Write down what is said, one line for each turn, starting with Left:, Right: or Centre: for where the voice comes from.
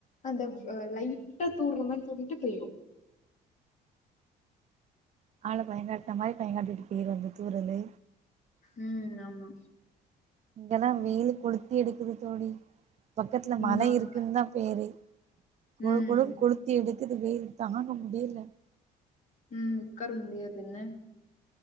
Left: அந்த
Right: அது சரி
Left: லைட்டா தூடுறமாரி சொல்லிட்டு போயிரு
Right: ஆள பயங்காட்டின மாரி பயங்காட்டிட்டு போயிரு அந்த தூரலு
Left: உம் ஆமா
Right: இங்கதா வெயிலு கொளுத்தி எடுக்குது தோழி பக்கத்துல
Left: இங்க
Right: மலை
Left: அங்க
Right: இருக்குன்தா பேரு கொழு
Left: ம்
Right: கொழு கொளுத்தி எடுக்குது வெயிலு தாங்க முடியல
Left: உம் உட்கார முடியாது என்ன